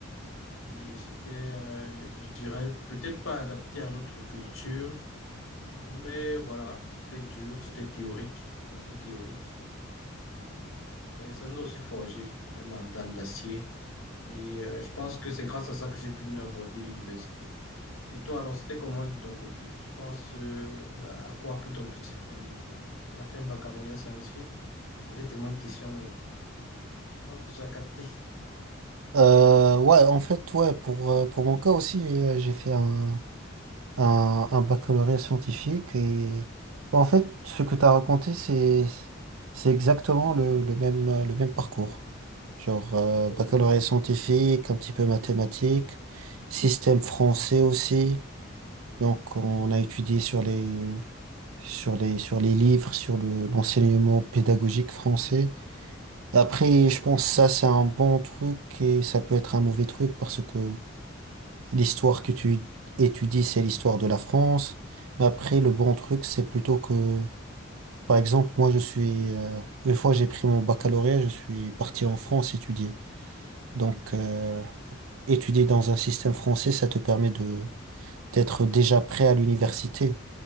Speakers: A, on the left (about 80°); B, on the right (about 85°).
A: Et c'était, euh, je dirais, peut-être pas adapté à notre culture, mais voilà, c'était dur, c'était théorique, beaucoup théorique. Mais ça nous a aussi forgé un mental d'acier. Et euh, je pense que c'est grâce à ça que j'ai pu mieux aborder l'université. Et toi, alors, c'était comment de ton côté? Tu penses euh, à quoi pour ton petit frère maintenant? Il a fait un baccalauréat scientifique. Enfin, j'ai tellement de questions, mais je pense que tu as capté.
B: Euh, ouais, en fait, ouais, pour, euh, pour mon cas aussi, euh, j'ai fait un, un, un baccalauréat scientifique et en fait, ce que tu as raconté, c'est, c'est exactement le, le même, euh, le même parcours. Genre, euh,
A: Oh,
B: baccalauréat
A: d'accord.
B: scientifique, un petit peu mathématiques, système français aussi. Donc, on
A: Mhm.
B: a étudié sur les, sur les, sur les livres, sur le, l'enseignement pédagogique français. Après,
A: On sait.
B: je pense que ça, c'est un bon truc et ça peut être un mauvais truc parce que l'histoire que tu étudies, c'est l'histoire de la France. Mais après, le bon truc, c'est plutôt que, par exemple, moi, je suis, euh, une fois j'ai pris mon baccalauréat, je suis parti en France étudier. Donc, euh, étudier dans un système français, ça te permet de, d'être déjà prêt à l'université